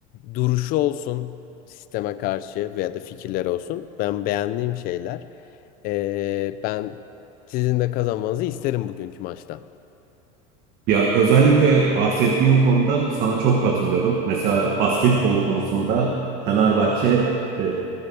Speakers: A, on the left (about 50°); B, on the right (about 50°).
A: duruşu olsun sisteme karşı veya da fikirleri olsun. Ben beğendiğim şeyler. Ee, ben sizin de kazanmanızı isterim bugünkü maçta.
B: Ya özellikle bahsettiğim konuda sana çok katılıyorum. Mesela basketbol konusunda Fenerbahçe e,